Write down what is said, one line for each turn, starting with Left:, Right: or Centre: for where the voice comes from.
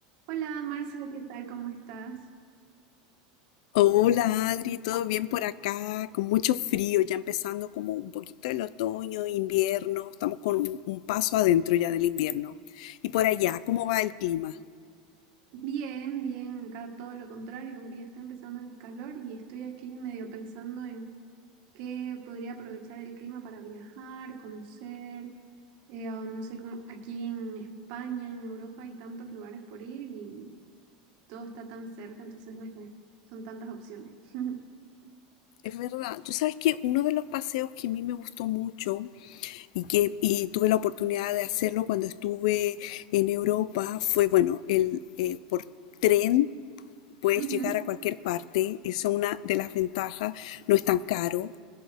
Right: Hola Marcia, ¿qué tal? ¿Cómo estás?
Left: Hola Adri, ¿todo bien por acá? Con mucho frío, ya empezando como un poquito el otoño, invierno, estamos con un, un paso adentro ya del invierno. Y por allá, ¿cómo va el clima?
Right: Bien, bien, acá todo lo contrario, como que ya está empezando el calor y estoy aquí medio pensando en qué podría aprovechar el clima para viajar, conocer, eh, ah, no sé, como aquí en España, en Europa hay tantos lugares por ir y todo está tan cerca, entonces no sé, son tantas opciones. <laughs>
Left: Es verdad, tú sabes que uno de los paseos que a mí me gustó mucho y que y tuve la oportunidad de hacerlo cuando estuve en Europa fue, bueno, el eh, por tren puedes
Right: Ujú,
Left: llegar a cualquier parte, es una de las ventajas, no es tan caro